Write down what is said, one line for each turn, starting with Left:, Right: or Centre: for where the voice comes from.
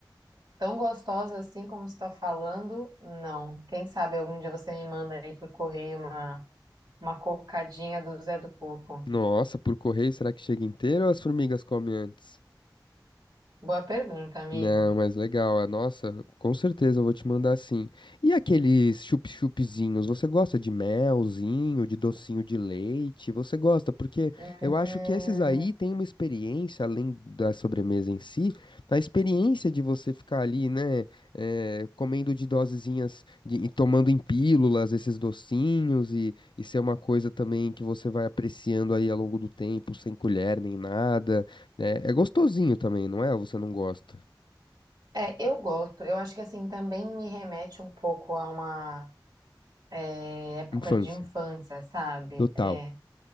Right: Tão gostosa assim como você está falando? Não. Quem sabe algum dia você me manda aí por correio uma, uma cocadinha do Zé do Coco.
Left: Nossa, por correio, será que chega inteiro ou as formigas comem antes?
Right: Boa pergunta, amigo.
Left: Não, mas legal. ah, Nossa, com certeza eu vou te mandar sim. E aqueles chup-chupzinhos, você gosta de melzinho, de docinho de leite? Você gosta? Porque
Right: Hum,
Left: eu acho que esses aí têm uma experiência, além da sobremesa em si, a experiência de você ficar ali, né, eh, comendo de dosezinhas de- e tomando em pílulas esses docinhos e, e ser uma coisa também que você vai apreciando aí ao longo do tempo, sem colher nem nada. É, é gostosinho também, não é? Ou você não gosta?
Right: é, eu gosto. Eu acho que assim também me remete um pouco a uma é, época
Left: Infância.
Right: de infância, sabe?
Left: Total.
Right: É,